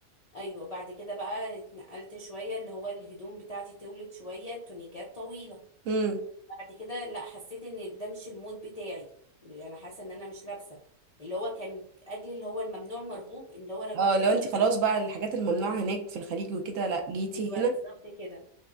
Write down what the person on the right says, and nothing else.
امم
اه لو
انت خلاص بقى الحاجات الممنوعه هناك في الخليج وكده لا جيتي
هنا